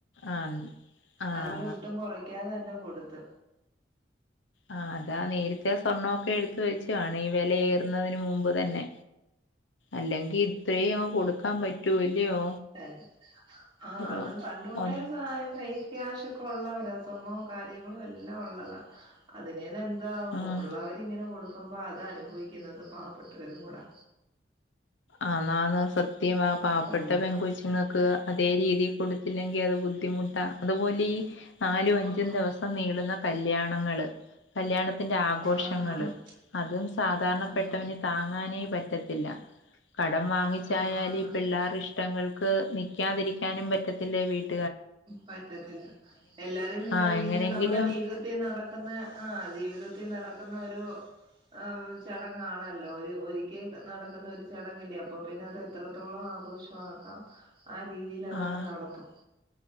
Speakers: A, on the left (about 85°); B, on the right (about 25°).
A: ആഹ് ആഹ്
B: അതവർ ഒട്ടും കുറ നിക്കാതെ തന്നെ കൊടുത്ത്
A: ആഹ് അതാ നേരിത്തെ സ്വർണ്ണമൊക്കെ എടുത്ത വെച്ചുുവാണ് ഈ വിലയഏറുന്നതിന് മുമ്പ് തന്നെ അല്ലെങ്കി ഇത്രയും അങ്ങ് കൊടുക്കാൻ പറ്റൂല്ലയോ
B: തന്നെ ആ
A: ഒരു
B: എന്നത് പണ്ടൊട്ടേ
A: ഒ
B: കൈ ക്യാഷ ഒക്കെ ഉള്ളവരാ സ്വർണ്ണവും കാര്യങ്ങളും എല്ലാം ഉള്ളതാ അതിനനെ എന്ത അ
A: ആഹ്
B: ഉള്ളവരിങ്ങനെ കൊടുക്കുമ്പോ അത് അനുഭവിക്കുന്നത് പാവപ്പെട്ടവരും കൂടാ
A: ആഹ് എന്നാണ് സത്യം ആ പാവപ്പെട്ട
B: ഉള്ളവർ
A: പെൻങ്ക കൊച്ചുങ്ങൾക്ക് അതേ രീതി കൊടു പത്തില്ലെങ്കിൽ അത് ബുദ്ധിമുട്ടാ അതുപോലെ ഈ നാലും അഞ്ചും
B: ആഹ്
A: ദിവസം നീളുന്ന കല്യാണങ്ങള് കല്യാണത്തിന്റെ ആഘോഷങ്ങള്
B: ആന്ന് ആന്ന്
A: അതും സാധാരണപ്പെട്ടവന്
B: ആഹ്
A: താങ്ങാനേ പറ്റ റ്റത്തില്ല കടം വാങ്ങിച്ചായാൽ
B: ആഹ് ആന്ന്
A: പിള്ളേര് ഇഷ്ടങ്ങൾ ക്ക് നിക്കാതിരിക്കാനും പറ്റത്തില്ല വീട് --
B: പറ്റത്തില്ല എല്ലാരും വിചാരിക്കുന്നത്
A: ആ എങ്ങനെങ്കിലും
B: നമ്മളെ ജീവിതത്തിൽ നടക്കുന്ന ആ ജീവി ജീവിതത്തിൽ നടക്കുന്ന ഒരു ആ ചടങ്ങാണല്ലോ ഒരു ഒരിക്കൽ നടക്കുന്ന ഒരു ചടങ്ങല്ലേ അപ്പൊ പിന്നെ അത് എത്രത്തോളം ആഘോഷമാക്കാം ആ രീതിൽ അതങ്ങ്
A: ആ
B: നടത്തും.